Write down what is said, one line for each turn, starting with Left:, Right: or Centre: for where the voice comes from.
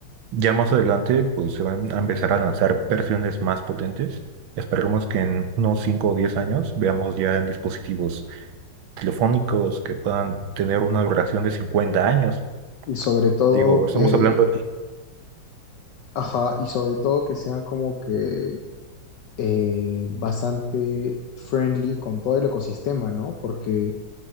Right: Ya más adelante pues se van a empezar a lanzar versiones más potentes. Esperemos que en unos 5 o 10 años veamos ya en dispositivos telefónicos que puedan tener una duración de cincuenta años
Left: Y sobre todo
Right: Digo, estamos
Left: que,
Right: hablando.
Left: ajá, y sobre todo que sean como que eh, bastante friendly con todo el ecosistema, ¿no? Porque